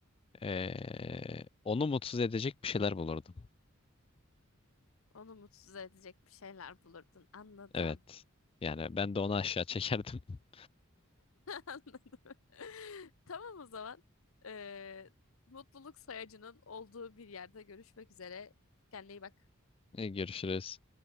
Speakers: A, on the left; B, on the left.
A: ee, onu mutsuz edecek bir şeyler bulurdum.
B: Onu mutsuz edecek bir şeyler bulurdun. Anladım.
A: Evet. Yani ben de onu aşağı çekerdim. <laughs>
B: <laughs> Anladım. Tamam o zaman. Ee, mutluluk sayacının olduğu bir yerde görüşmek üzere. Kendine iyi bak.
A: Ee, görüşürüz.